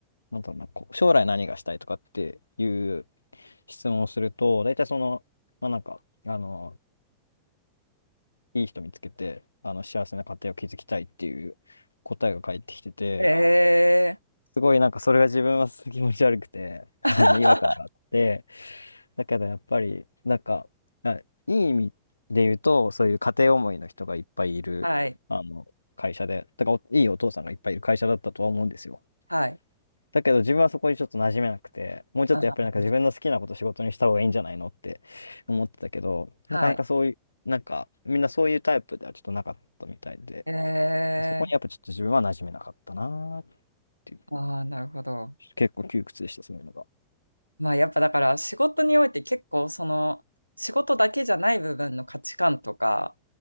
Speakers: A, on the left (about 80°); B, on the right (about 90°).
A: なんだろうな、こう将来何がしたいとかっていう質問をすると、大体その、まあなんか、あの、いい人見つけて、あの、幸せな家庭を築きたいっていう答えが返ってきてて、
B: え
A: すごいなんかそれが自分はすごい気持ち悪くて、<laughs> あの、
B: ー、
A: 違和感があって、
B: <laughs>
A: だけどやっぱり、なんか、あいい意味で言うと、そういう家庭思いの人がいっぱいいる、
B: はい。
A: あの、会社で、だからおいいお父さんがいっぱいいる会社だったとは思うんですよ。
B: はい。
A: だけど自分はそこにちょっと馴染めなくて、もうちょっとやっぱりなんか自分の好きなこと仕事にした方がいいんじゃないのって思ってたけど、
B: あ、はい。
A: なかなかそういう、なんかみんなそういうタイプではちょっとなかったみたいで、
B: え
A: そこにやっぱちょっと自分は馴染めなかったなーっていう、
B: ー、ああ、なるほど。
A: 結構窮屈でした、そういうのが。
B: まあ、やっぱだから仕事において結構その仕事だけじゃない部分の価値観とか、